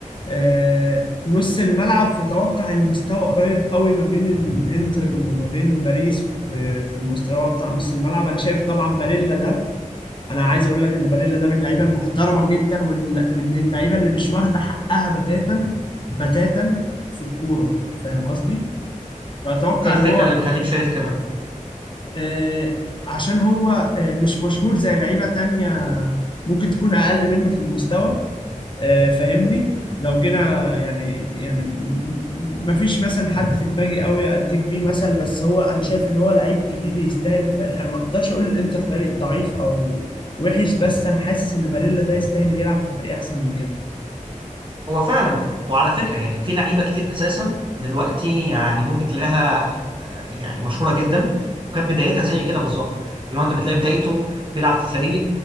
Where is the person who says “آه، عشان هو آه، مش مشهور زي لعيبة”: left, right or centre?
Left